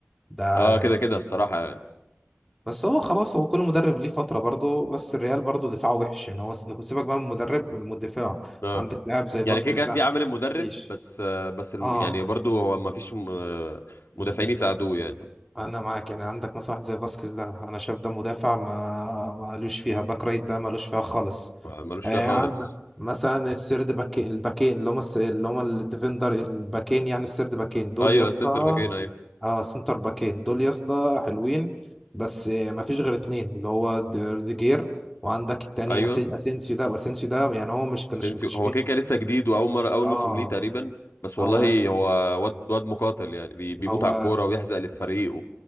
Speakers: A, in the centre; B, on the left.
A: ده
B: اه
A: يعني
B: كده كده الصراحه يعني
A: بس هو خلاص هو كل مدرب ليه فترة برضه بس الريال برضه دفاعه وحش يعني هو س- سيبك بقى من المدرب المدافع
B: اه
A: عندك لاعب زي
B: يعني
A: فاسكيز
B: كده كده
A: ده
B: في عامل المدرب
A: مفيش.
B: بس آه بس الم-
A: اه
B: يعني برضو هو مفيش م- آه، مدافعين يساعدوه يعني
A: انا معاك يعني عندك مثلا واحد زي فاسكيز ده انا شايف ده مدافع ما مالوش فيها باك رايت ده مالوش فيها خالص
B: آه، ملوش
A: آه
B: فيها خالص
A: عندك مثلا السيرد باكين الباكين اللي هم الس- اللي هم الديفندر الباكين يعني السيرد باكين دول
B: ايوه
A: يا اسطى
B: سنتر باكين ايوه
A: اه سنتر باكين دول يا اسطى حلوين بس آه ما فيش غير اتنين اللي هو د- روديجير وعندك التاني
B: ايوه
A: أسي- اسينسيو ده واسينسيو ده يعني هو مش كانش
B: اسينسيو
A: مكتشفين
B: هو كده كده لسه جديد واول مره اول
A: اه
B: موسم ليه تقريبا بس
A: هو
B: والله
A: أس...
B: هو واد واد مقاتل يعني بي بيموت
A: هو
B: على الكوره ويحزق للفريق